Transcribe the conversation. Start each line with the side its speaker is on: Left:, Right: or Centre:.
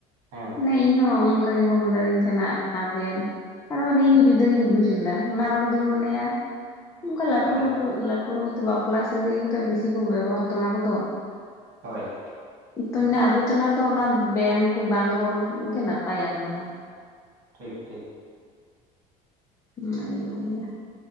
Right: ᱦᱮᱸ
Left: ᱱᱮ ᱤᱧᱦᱚᱸ ᱚᱱᱠᱟ ᱜᱮᱠᱚ ᱢᱮᱛᱟ ᱫᱤᱧ ᱛᱟᱦᱮᱸᱱᱟ ᱟᱵᱮᱱ, ᱟᱫᱚ ᱢᱟᱱᱮ ᱤᱧᱦᱚᱸ ᱡᱩᱫᱟᱹ ᱜᱤᱧ ᱵᱩᱡᱽ ᱞᱮᱫᱟ ᱚᱱᱟ ᱨᱚᱲ ᱫᱚᱧ ᱢᱚᱱᱮᱭᱟ ᱚᱱᱠᱟ ᱞᱟᱹᱴᱩ
Right: ᱦᱳᱭ
Left: ᱦᱚᱲ ᱠᱚ ᱞᱟᱹᱴᱩ ᱵᱳᱞᱛᱮ ᱵᱟᱯᱞᱟ ᱥᱟᱹᱜᱟᱹᱭ ᱨᱮ ᱵᱤᱥᱤ ᱠᱚ ᱵᱮᱵᱚᱦᱟᱨ ᱮᱫᱟ ᱚᱱᱟ ᱠᱚᱫᱚ,
Right: ᱦᱳᱭ
Left: ᱛᱚ ᱟᱵᱚ ᱛᱟᱞᱟ ᱨᱮᱫᱚ ᱚᱱᱟ ᱵᱮᱱ ᱠᱚ ᱵᱟᱝ ᱨᱚᱲ ᱜᱮ ᱱᱟᱯᱟᱭᱟ ᱢᱟᱱᱮ ᱦᱚᱸ
Right: ᱴᱷᱤᱠ ᱴᱷᱤᱠ,
Left: ᱚᱱᱟᱜᱮᱧ ᱢᱚᱱᱮᱭᱟ,